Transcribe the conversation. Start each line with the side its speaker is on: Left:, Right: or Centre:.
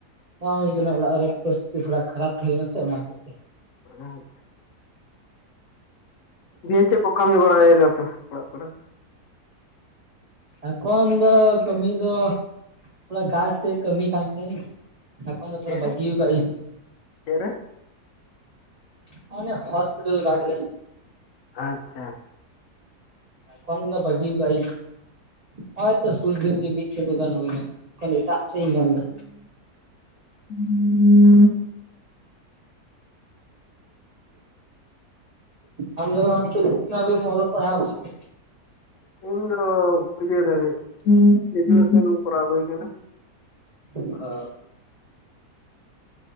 Right: ᱵᱟᱝ ᱦᱩᱭ ᱠᱟᱱᱟ ᱚᱲᱟᱜ ᱨᱮ ᱯᱚᱨᱤᱥᱛᱷᱤᱛᱤ ᱛᱷᱚᱲᱟ ᱠᱷᱟᱨᱟᱯ ᱛᱟᱦᱮᱸ ᱞᱮᱱᱟ ᱥᱮ ᱚᱱᱟ ᱦᱚᱛᱮᱡ ᱛᱮ᱾
Left: ᱦᱩᱸ ᱫᱤᱭᱮ ᱪᱮᱫ ᱠᱚ ᱠᱟᱹᱢᱤ ᱵᱟᱲᱟᱭ ᱫᱟᱯᱮ ᱚᱲᱟᱜ ᱠᱚᱨᱮ?
Right: ᱮᱠᱷᱚᱱ ᱫᱚ ᱠᱟᱹᱢᱤ ᱫᱚ ᱛᱷᱚᱲᱟ ᱜᱷᱟᱪ ᱥᱮᱫ ᱠᱟᱹᱢᱤ ᱠᱟᱱ ᱛᱤᱧ ᱮᱠᱷᱚᱱ ᱫᱚ ᱛᱷᱚᱲᱟ
Left: ᱪᱮᱫ
Right: ᱵᱟᱹᱜᱤᱣ
Left: ᱨᱮ
Right: ᱠᱟᱜ ᱤᱧ᱾
Left: ᱪᱮᱫ ᱨᱮ
Right: ᱚᱱᱮ ᱦᱚᱸᱥᱯᱤᱴᱟᱞ ᱜᱟᱰ ᱨᱮ᱾
Left: ᱟᱪᱪᱷᱟ᱾
Right: ᱠᱷᱚᱱ ᱫᱚ ᱵᱟᱜᱤᱣ ᱠᱟᱜ ᱤᱧ ᱦᱚᱸᱜ-ᱚᱭ ᱛᱚ ᱥᱩᱨ ᱫᱤᱱ ᱜᱮ ᱢᱤᱫ ᱪᱟᱸᱫᱚ ᱜᱟᱱ ᱦᱩᱭᱱᱟ᱾ ᱮᱠᱷᱚᱱ ᱫᱚ ᱮᱴᱟᱜ ᱥᱮᱜ ᱤᱧ ᱧᱮᱞᱫᱟ
Left: ᱦᱩᱸᱻ
Right: ᱟᱢ ᱫᱚ ᱜᱚᱝᱠᱮ ᱛᱤᱱᱟᱹᱜ ᱦᱟᱹᱵᱤᱡ ᱮᱢ ᱯᱟᱲᱦᱟᱣ ᱠᱟᱱᱛᱮ?
Left: ᱤᱧ ᱫᱚ ᱤᱭᱟᱹ ᱫᱷᱟᱹᱵᱤᱡ <unintelligible> ᱮᱰᱩᱠᱮᱥᱚᱱ ᱠᱚᱨᱟᱣ ᱦᱩᱭ ᱠᱟᱱᱟ᱾
Right: ᱚ